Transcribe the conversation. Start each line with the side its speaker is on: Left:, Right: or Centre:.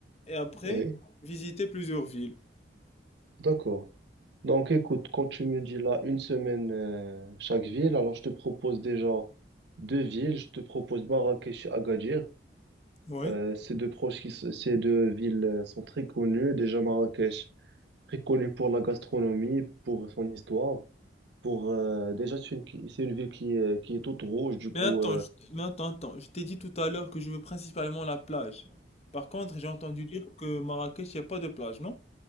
Left: et après,
Right: oui.
Left: visiter plusieurs villes.
Right: D'accord. Donc écoute, quand tu me dis là une semaine euh, chaque ville, alors je te propose déjà deux villes. Je te propose Marrakech et Agadir.
Left: Oui.
Right: Euh, ces deux proches qui, s- ces deux villes euh, sont très connues. Déjà Marrakech, très connue pour la gastronomie, pour son histoire. Pour euh, déjà c'est une, qui- c'est une ville qui, est- qui est toute rouge. Du coup,
Left: Mais attends, je... mais attends, attends. Je t'ai dit tout à l'heure que je veux principalement la plage. Par contre, j'ai entendu dire que Marrakech, il n'y a pas de plage, non?